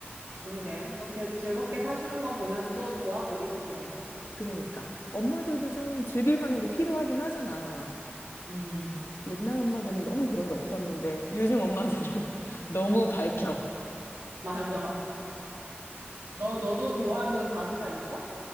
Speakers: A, on the right; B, on the left.
A: 그러게. 그렇게 즐겁게
B: 음,
A: 사시는 거 보면 또 좋아 보이기도
B: 음.
A: 해.
B: 그러니까 엄마들도 좀 즐길 만한 게 필요하긴 하잖아.
A: 음,
B: 옛날 엄마들은 너무 그런 게 없었는데 요즘 엄마들은 <laughs> 너무 밝혀.
A: 맞아. 너, 너도 좋아하는
B: 응.
A: 가수가 있어?